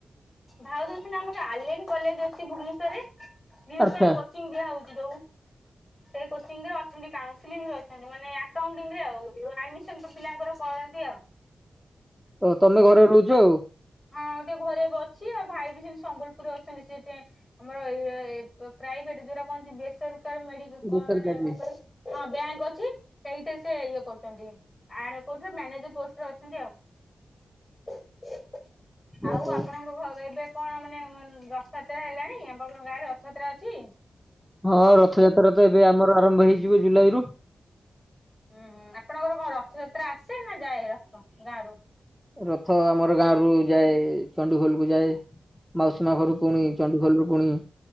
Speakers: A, on the left; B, in the centre.
A: ଭାଉଜ ଅଛନ୍ତି ଆମର ଆଲିନ କଲେଜ ଅଛି ଭୁବନେ ଶ୍ୱରରେ ନୀଟ
B: ଆଚ୍ଛା।
A: ପାଇଁ କୋଚିଂ ଦିଆ ହଉଚି ଯୋଉ। କୋଚିଂରେ ଅଛନ୍ତି କାଉନସିଲିଂରେ ଅଛନ୍ତି ମାନେ ଆକାଉଣ୍ଟିରେ ଆଉ ଆଡମିସନ୍ ପିଲାଙ୍କର କରନ୍ତି ଆଉ। <inaudible>
B: ଓ ତମେ ଘରେ ରହୁଛ ଆଉ।
A: ହୁଁ। ହଁ ଟିକେ ଘରେ ଏବେ ଅଛି ଆଉ ଭାଇ ବି ସେମିତି ସମ୍ବଲପୁରରେ ଅଛନ୍ତି ସେଥିପାଇଁ ଆମର ପ୍ରାଇଭେଟି ଯଉ ଟା କୁହନ୍ତି ବେସରକାରୀ ମେଡି କଣ
B: ବେସରକାରୀରେ
A: ମାନେ ହଁ ବ୍ୟାଙ୍କ ଅଛି। ସେଇଥିରେ ସେ ଇଏ କରୁଛନ୍ତି ଆଡ କରୁଛନ୍ତି ମ୍ୟାନେଜର ପୋଷ୍ଟରେ ଅଛନ୍ତି ଆଉ। ଆଉ
B: ଓହୋ।
A: ଆପଣଙ୍କ ଘରେ ଏବେ କଣ ମାନେ ରଥଯାତ୍ରା ହେଲାଣି ଆମ ଗାଁରେ ରଥଯାତ୍ରା ଅଛି?
B: ହଁ ରଥଯାତ୍ରା ତ ଏବେ ଆମର ଆରମ୍ଭ ହେଇଯିବ ଜୁଲାଇରୁୁ।
A: ହୁଁ, ହୁଁ ଆପଣଙ୍କର କଣ ରଥଯାତ୍ରା ଆସେ ନା ଯାଏ ରଥ ଗାଁରୁ?
B: ରଥ ଆମର ଗାଁରୁ ଯାଏ ଚଣ୍ଡିଖୋଲକୁ ଯାଏ। ମାଉସୀ ମା ଘରୁ ପୁଣି ଚଣ୍ଡୁଖୋଲରୁ ପୁଣି